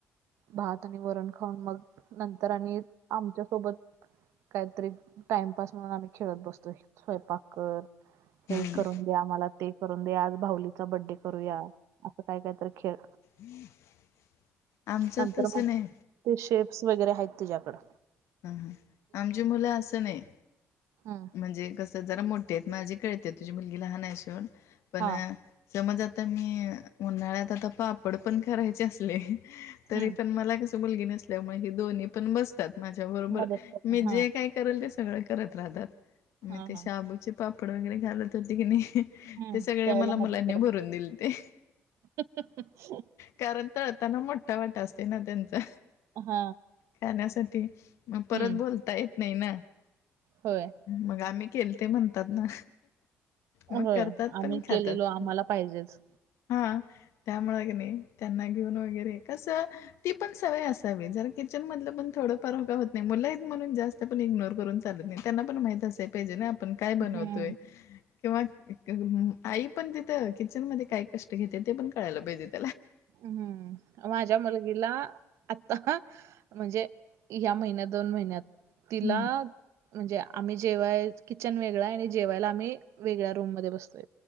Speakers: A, on the right (about 85°); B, on the left (about 80°).
A: भात आणि वरण खाऊन मग, नंतर आणि आमच्यासोबत काहीतरी टाइमपास म्हणून, आम्ही खेळत बसतोय. स्वयंपाकर हे
B: हम्म
A: करून, आम्हाला ते करून दे, आज भाऊलीचा बड्डे करूया असं काय कायतर खेळ.
B: <inaudible> आमच्यात
A: नंतर
B: तसं
A: मग, ते
B: नाही
A: शेप्स वगैरे आहेत तिच्याकडं.
B: हा हा, आमची मुलं असं नाही.
A: हम्म
B: म्हणजे कसं जरा मोठेयेत माझी कळतेत. तुझी मुलगी लहान आहे सूड पण,
A: हा
B: समज आता मी, उन्हाळ्यात आता पापड पण करायचे असले. तरी
A: हम्म
B: पण मला कस मुलगी नसल्यामुळे, ही दोन्ही पण बसतात. माझ्या बरोबर
A: मदत कर
B: मी
A: हा
B: जे काय, करल ते सगळं करत राहतात. मी
A: हा
B: ते
A: हा
B: शाबूचे पापड वगैरे घालत होते की नाही.
A: हम्म
B: ते सगळे
A: त्यावेळेला
B: मला मुलांनी
A: मदत
B: भरून दिलते.
A: करायची
B: कारण तळ त्यांना मोठा वाटा असते ना त्यांचा,
A: हा
B: खाण्यासाठी मग परत
A: हम्म
B: बोलतात. बोलता येत नाही ना.
A: होय.
B: मग आम्ही केलं ते, म्हणतात ना. मग
A: होय
B: करतात,
A: आम्ही
B: पण खातात
A: केलेलो आम्हाला पाहिजेच
B: हां. त्यामुळं कनी, त्यांना घेऊन वगैरे कसं. ती पण सवय असावी. जर किचनमधलं पण थोडं. परव का होत नाही. मुलं आहेत म्हणून जास्त पण इग्नोर करून चालत नाही, त्यांना पण माहित असेल. पाहिजे ना, आपण काय
A: हम्म
B: बनवतोय. किंवा आई पण तिथं, किचन मध्ये काय कष्ट घेते ते पण कळायला पाहिजेत.
A: हम्म. माझ्या मुली हिला आता म्हणजे, ह्या महिन्यात दोन महिन्यात. तिला,
B: हं,
A: म्हणजे आम्ही जेवाय, किचन वेगळा आहे आणि जेवायला आम्ही वेगळ्या रूम मध्ये बसतोय.